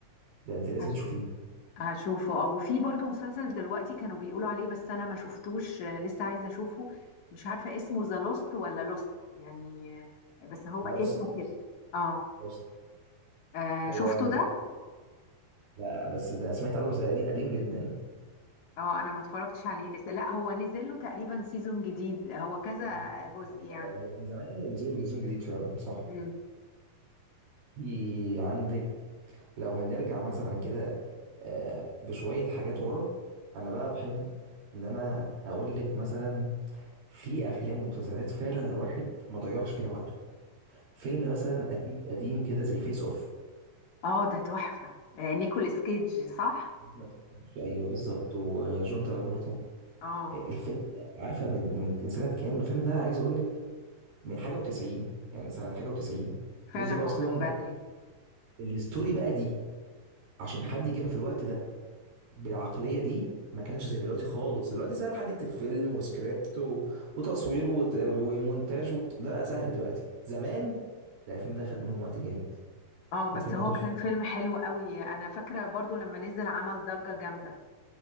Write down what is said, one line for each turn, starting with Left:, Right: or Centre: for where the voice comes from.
Right: ده انت لازم
Left: هش...
Right: تشوفيه
Left: هشوفه او في برضو مسلسل دلوقتي كانوا بيقولوا عليه بس انا ما شفتوش آه، لسه عايزه اشوفه مش عارفه اسمه ذا لوست ولا لوست يعني آه، بس هو
Right: لوست
Left: اسمه
Right: لوست
Left: كده اه
Right: لوست
Left: آه،
Right: هو
Left: شفته
Right: ده
Left: ده
Right: لا بس ده سمعت عنه بس قديم قديم جدا
Left: اه انا ما اتفرجتش عليه لسه لا هو نزل له تقريبا سيزون جديد هو كذا
Right: بالظبط
Left: جزء
Right: هو
Left: يعني
Right: هو من زمان ونزلوا جزء جديد فعلا صح
Left: مم.
Right: في عندك لو هنرجع مثلا كده آه، بشوية حاجات ورا أنا بقى بحب إن أنا أقول لك مثلا في أفلام ومسلسلات فعلا الواحد ما ضيعش فيها وقته فيلم مثلا أكيد قديم كده زي فيس أوف
Left: اه ده تحفه آه، نيكولاس كيدج صح
Right: ما تفهمش. أيوه بالظبط وجون
Left: مم.
Right: ترافولتا
Left: اه
Right: الفيلم ده عارفة من من من سنة كام الفيلم ده عايز أقول لك من حاجة و90 يعني سنة حاجة و90
Left: فعلا
Right: نزل
Left: هو
Right: أصلا
Left: من بدري
Right: الستوري بقى دي عشان حد يجيبها في الوقت ده بالعقلية دي ما كانش زي دلوقتي خالص دلوقتي سهل حد يكتب فيلم وسكريبت و... وتصوير وت... ومونتاج و... ده بقى سهل دلوقتي زمان لا الفيلم ده خد منهم وقت جامد
Left: اه بس
Right: وفيلم
Left: هو
Right: تحفة
Left: كان فيلم حلو قوي انا فاكره برضو لما نزل عمل ضجه جامده